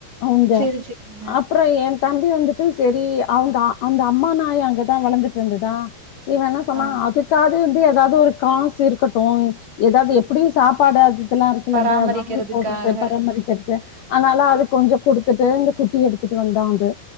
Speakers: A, on the left; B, on the right.
A: அவுங்க
B: சரி, சரிங்க.
A: அப்பற எ தம்பி வந்துட்டு சரி அவுங்க அந்த அம்மா நாய் அங்க வளந்துட்டு இருந்ததா இவ என்ன சொன்னா
B: ஆ.
A: அதுக் க்காது வந்து ஏதாவது ஒரு காசு இருக்கட்டு ஏதாவது எப்டியு சாப்பாடுஅது இதலா இருக்குல்லங்க
B: பராமரிக்கிறதுக்காக.
A: வாங்கி போட்றது பராமரிக்கற்து அதனால அது கொஞ்சோ குடுத்துட்டு இந்த குட்டி எடுத்துட்டு வந்தா அது